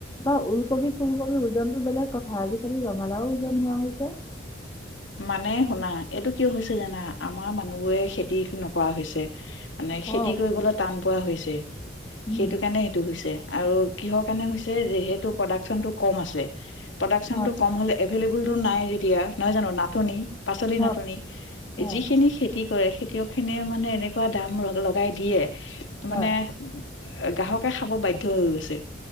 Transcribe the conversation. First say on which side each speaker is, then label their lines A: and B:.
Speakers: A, on the left (about 20°); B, on the left (about 85°).
A: বা ওলকবি ফুলকবি ওজনতটো বেলেগ কথা, আজিকালি ৰঙালাও ওজন হোৱা হৈছে।
B: মানে শুনা, এইটো কিয় হৈছে জানা, আমাৰ মানুহবোৰে খেতি নকৰা হৈছে। মানে, খেতি
A: অ
B: কৰিবলৈ টান পোৱা হৈছে।
A: উম
B: সেইটো কাৰণে, সেইটো হৈছে, আৰু কিহৰ কাৰণে হৈছে যিহেতু প্ৰডাকচনটো কম আছে। প্ৰডাকশচনটো
A: হয়
B: কম হ'লে, এভেইলেবল টো নাই যেতিয়া, নহয় জানো ন নাটনি, পাচলি
A: হয়
B: নাটনি,
A: হয়
B: যিখিনি খেতি খেতিয়ক খিনিয়ে মানে, এনেকুৱা দাম লগাই দিয়ে
A: হয়
B: মানে গ্ৰাহকে খাব বাধ্য হৈ গৈছে।